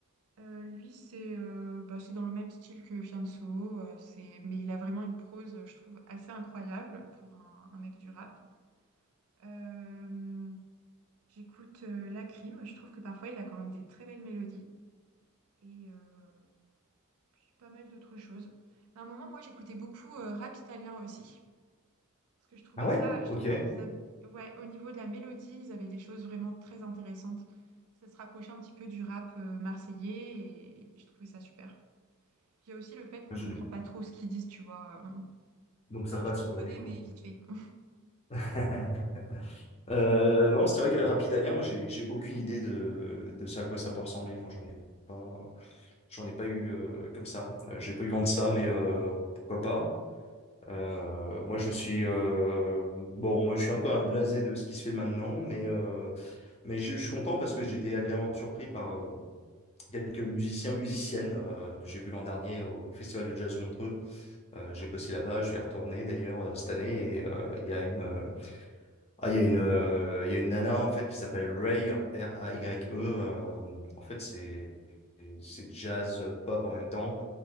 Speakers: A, on the right; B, on the left.
A: euh, lui, c'est euh, bah, c'est dans le même style que Fianso. euh, c'est, mais il a vraiment une prose, je trouve, assez incroyable pour un un mec du rap. Euh, j'écoute euh, La Crime. Je trouve que parfois il a quand même des très belles mélodies et euh, puis pas mal d'autres choses. Mais à un moment, moi, j'écoutais beaucoup euh, rap italien aussi parce que je trouvais
B: Ah ouais?
A: ça, je
B: Ok.
A: trouve qu'ils avaient, ouais, au niveau de la mélodie, ils avaient des choses vraiment très intéressantes. Ça se rapprochait un petit peu du rap euh, marseillais et je trouvais ça super. Puis Il y a aussi le fait qu'on
B: Je-
A: comprend pas trop ce qu'ils disent, tu vois. euh.
B: Donc ça
A: Enfin,
B: passe
A: je comprenais,
B: quoi du coup?
A: mais vite fait. <laughs>
B: <laughs> Euh, non, c'est vrai que Rapidanien, moi j'ai j'ai aucune idée de, de ça à quoi ça peut ressembler. Enfin, j'en ai pas. J'en ai pas eu euh, comme ça. Euh, j'ai pas eu vent de ça, mais euh, pourquoi pas. Euh, moi, je suis euh, bon. Moi, je suis un peu un blasé de ce qui se fait maintenant, mais euh, mais je, je suis content parce que j'ai été agréablement surpris par euh, quelques musiciens, musiciennes euh, que j'ai vus l'an dernier au Festival de Jazz de Montreux. Euh,
A: D'accord.
B: j'ai bossé là-bas, je vais y retourner d'ailleurs euh, cette année. Et euh, il y a une, euh, ah, il y a une, euh, il y a une nana en fait qui s'appelle Ray, R-A-Y-E. euh, en fait, c'est c'est jazz euh, pop en même temps